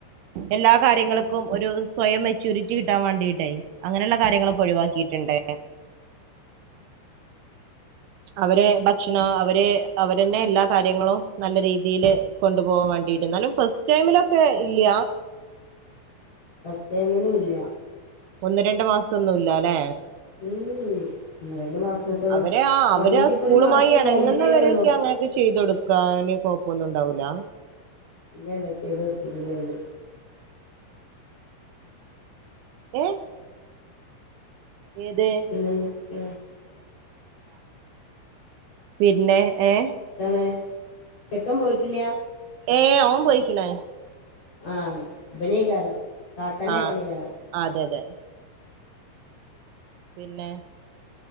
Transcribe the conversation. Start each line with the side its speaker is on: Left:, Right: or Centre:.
Right: എല്ലാ കാര്യങ്ങൾക്കും ഒരു സ്വയം മെച്യൂരിറ്റി കിട്ടാൻ വാണ്ടിട്ടെ അങ്ങനെള്ള കാര്യങ്ങളൊക്കെ ഒഴിവാക്കിട്ട്ണ്ട് അവരെ ഭക്ഷണം അവരെ അവരെന്നെ എല്ലാ കാര്യങ്ങളും നല്ല രീതില് കൊണ്ടു പോകാൻ വാണ്ടിട്ട് ന്നാലും ഫസ്റ്റ് ടൈമിലൊക്കെ ഇല്ല
Left: ഫസ്റ്റ് ടൈമിലില്ല
Right: ഒന്ന് രണ്ട് മാസൊന്നുല്ല ല്ലേ
Left: ഉം ഒന്ന് രണ്ട് മാസം ഇപ്പോ
Right: അവര് ആ
Left: തൊടങ്ങിട്ട്
Right: അവരാ
Left: ഇപ്പൊ
Right: സ്കൂളുമായി
Left: ഒരു മാസം
Right: എണങ്ങുന്നവരൊക്കെ
Left: കഴിഞ്ഞിട്ടേല്ലേ ഉള്ളൂ
Right: അങ്ങനെയൊക്കെ ചെയ്തൊടു ക്കാന് കൊഴപ്പൊന്നുണ്ടാവൂല്ല
Left: <unintelligible>
Right: ഏ ഏത്
Left: പിന്നെന്തൊക്കെ
Right: പിന്നെ ഏ
Left: ന്താണ് ചെക്കൻ പോയിട്ടില്ല
Right: ഏ ഓൻ പോയിക്ക്‌ണ്
Left: ആ ബനേകാരം താത്തന്റെ
Right: ആ
Left: ചെക്കനേകാരം
Right: അതെ തെ പിന്നെ